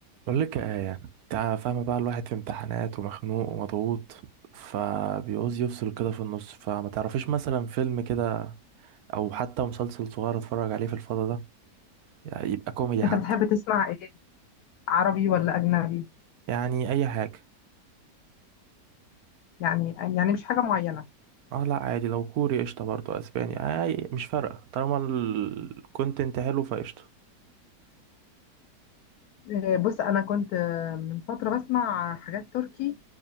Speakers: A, on the right; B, on the left.
A: بقول لك يا آية يعني انت فاهمة بقى الواحد في امتحانات ومخنوق ومضغوط فبيعوز يفصل كده في النص فما تعرفيش مثلا فيلم كده او حتى مسلسل صغير اتفرج عليه في الفضا ده يعني يبقى كوميدي حتى
B: انت بتحب تسمع ايه عربي ولا اجنبي
A: يعني اي حاجة
B: يعني يعني مش حاجه معينه
A: اه لا عادي لو كوري قشطة برضه اسباني اي مش فارقة طالما الكونتنت حلو فقشطة
B: إيه، بص انا كنت آه، من فتره بسمع حاجات تركي